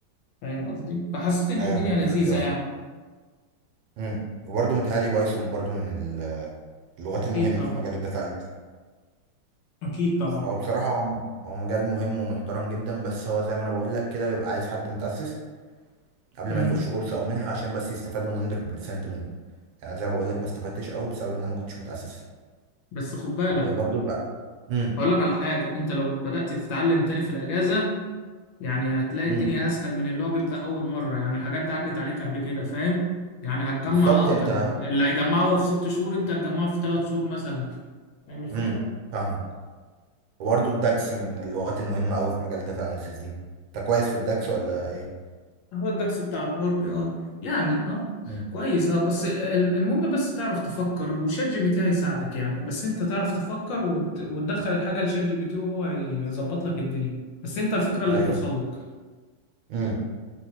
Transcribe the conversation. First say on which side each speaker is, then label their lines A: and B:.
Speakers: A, on the left; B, on the right.
A: فاهم قصدي فحسيت ان
B: ايوه
A: الدنيا
B: كنت
A: لذيذه
B: مركز على السيكوال
A: يعني
B: امم وبرضه متهيألي بايثون برضو من اللغات
A: اكيد
B: المهمه
A: طبعا
B: في مجال الداتا اناليسيز
A: اكيد طبعا
B: فهو بصراحه هو هو مجال مهم ومحترم جدا بس هو زي ما انا بقول لك كده بيبقى عايز حد متأسس قبل
A: مم.
B: ما يخش كورس او منحه عشان بس يستفاد 100% منه يعني زي ما بقول لك ما استفدتش قوي بسبب ان انا ما كنتش متأسس
A: بس خد بالك
B: وبرضه لا امم
A: اقول لك على حاجه انت لو بدات تتعلم تاني في الاجازه يعني هتلاقي
B: امم
A: الدنيا اسهل من اللي هو بيبدا اول مره يعني الحاجات دي عدت عليك قبل كده فاهم يعني هتجمع
B: بالظبط
A: اكتر
B: انت
A: يعني اللي هيجمعه هو في ست شهور انت هتجمعه في ثلاث شهور مثلا فاهم الفكره
B: امم فاهمك وبرضه الدكس من اللغات المهمة قوي في مجال داتا اناليسيس دي انت كويس في الدكس ولا ايه
A: هو الدكس بتاع الباور بي اي يعني اه
B: مم.
A: كويس اه بس ال- المهم بس تعرف تفكر وشات جي بي تي هيساعدك يعني بس انت تعرف تفكر وت... وتدخل الحاجة لشات جي بي تي وهو هيظبط لك الدنيا بس انت الفكرة اللي
B: ايوه
A: توصل لك
B: امم